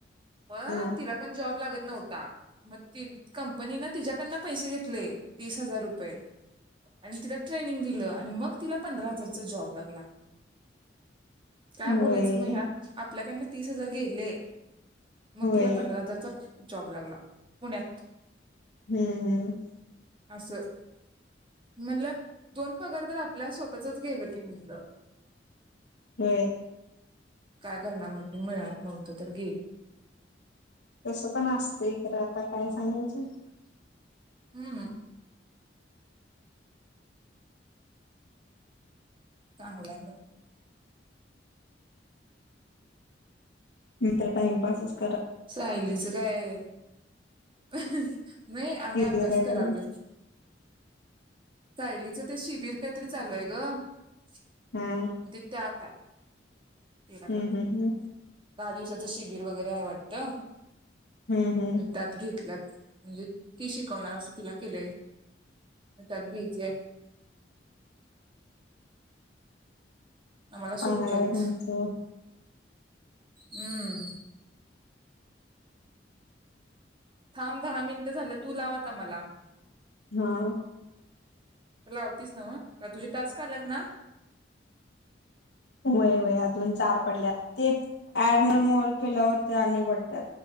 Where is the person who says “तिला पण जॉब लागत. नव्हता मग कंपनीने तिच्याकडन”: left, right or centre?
Right